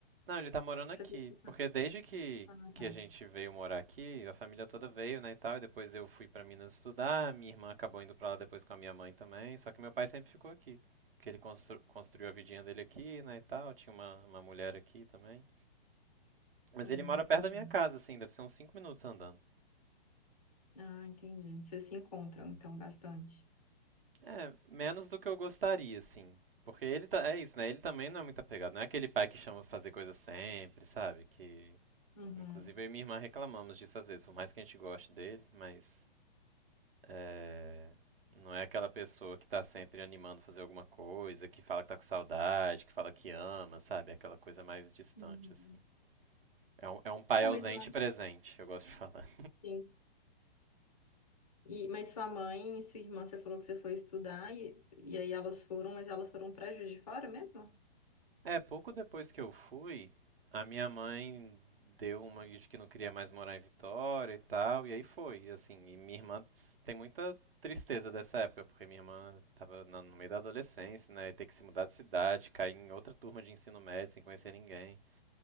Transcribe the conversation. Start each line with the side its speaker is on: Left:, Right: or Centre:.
Right: Não, ele tá morando aqui,
Left: Você falou que você tá-
Right: porque desde que,
Left: Ah,
Right: que
Left: tá.
Right: a gente veio morar aqui, a família toda veio, né, e tal, e depois eu fui pra Minas estudar, minha irmã acabou indo pra lá depois com a minha mãe também, só que meu pai sempre ficou aqui, que ele constru- construiu a vidinha dele aqui, né, e tal, tinha uma, uma mulher aqui também. Mas
Left: Hum,
Right: ele mora perto
Left: entendi.
Right: da minha casa, assim, deve ser uns 5 minutos andando.
Left: Ah, entendi. Vocês se encontram, então, bastante.
Right: É, menos do que eu gostaria, assim. Porque ele tá, é isso, né? Ele também não é muito apegado. Não é aquele pai que chama pra fazer coisa sempre, sabe? Que
Left: Uhum.
Right: Inclusive eu e minha irmã reclamamos disso às vezes, por mais que a gente goste dele, mas é, não é aquela pessoa que tá sempre animando a fazer alguma coisa, que fala que tá com saudade, que fala que ama, sabe? É aquela coisa mais distante,
Left: Uhum.
Right: assim. É um, é um pai
Left: Ah,
Right: ausente
Left: mas eu acho.
Right: e presente, eu gosto de falar.
Left: Sim. E, mas sua mãe e sua irmã, você falou que você foi estudar, e, e aí elas foram, mas elas foram para Juiz de Fora mesmo?
Right: É, pouco depois que eu fui, a minha mãe deu uma de que não queria mais morar em Vitória e tal, e aí foi, assim, e minha irmã tem muita tristeza dessa época, porque minha irmã tava na- no meio da adolescência, né, e ter que se mudar de cidade, cair em outra turma de ensino médio sem conhecer ninguém.